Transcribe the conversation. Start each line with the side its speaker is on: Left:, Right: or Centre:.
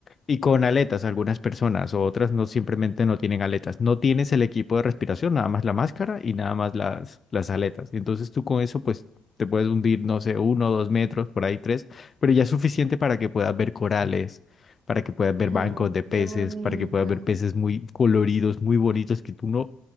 Left: y con aletas algunas personas o otras no simplemente no tienen aletas. No tienes el equipo de respiración, nada más la máscara y nada más las, las aletas. Y entonces tú con eso pues te puedes hundir, no sé, uno, dos metros, por ahí tres, pero ya es suficiente para que puedas ver corales, para que puedas ver
Right: Oh,
Left: bancos de peces,
Right: qué bonito.
Left: para que puedas ver peces muy coloridos, muy bonitos que tú no...